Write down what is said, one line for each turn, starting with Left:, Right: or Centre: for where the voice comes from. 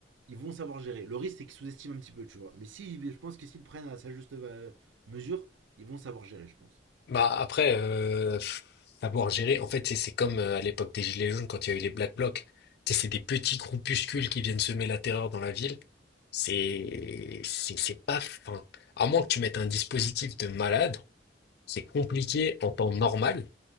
Right: ils vont savoir gérer. Le risque c'est qu'ils sous-estiment un petit peu, tu vois. Mais si, je pense que s'ils prennent à sa juste euh, mesure, ils vont savoir gérer, je pense.
Left: Bah après, euh, pff, savoir gérer, en fait, c'est c'est comme euh, à l'époque des Gilets jaunes quand il y a eu les Black Blocs. Tu sais, C'est des petits groupuscules qui viennent semer la terreur dans la ville. C'est c'est c'est pas fin. À moins que tu mettes un dispositif de malade, c'est compliqué en temps normal